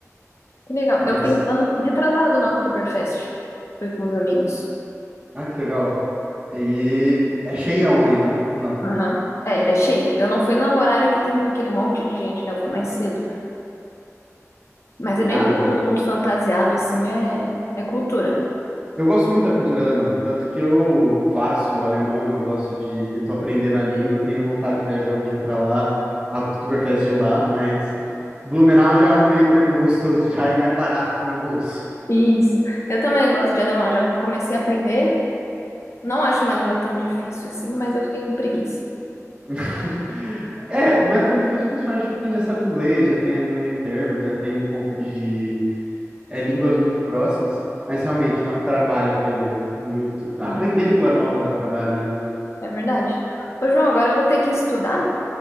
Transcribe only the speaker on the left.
que legal. Eu
fui ano retrasado no Oktoberfest. Fui com os amigos.
Aham. É, é cheio. Eu não fui no horário que tem aquele monte de gente, né? Eu fui mais cedo. Mas é bem
legal,
todo mundo fantasiado, assim, é, é cultura.
Isso. Eu também gosto de alemão, já comecei a aprender. Não acho uma língua tão difícil assim, mas eu fiquei com preguiça.
Sim.
É verdade. Ô, João, agora eu vou ter que estudar,